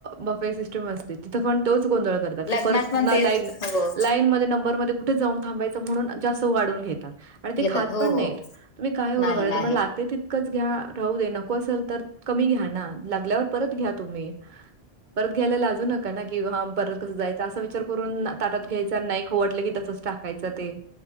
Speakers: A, on the right; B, on the left.
A: बफे सिस्टम असते तीथ पण तोच गोंधळ करतात. करतात
B: लग्नात
A: की परत
B: पण तेच
A: लाइन
B: हो
A: लाइन मधे नंबरमधे जाऊन थांबायच म्हणून जास्त घेतात आणि ते
B: घेतात
A: खात
B: हो
A: पण नाहीत.
B: हो
A: तुम्ही का एवडं
B: नाही
A: कराय
B: नाही
A: तुम्हाला लागते तितकं कच घ्या राहू दे नको असेल तर कमी घ्या ना लागल्यावर परत घ्या तुम्ही. परत घ्यायला लाजू नका ना की परत कसं जायचं असा विचार करून ताटात घ्यायचा आणि नाही खाऊ वाटलं की तसंच टा यच ते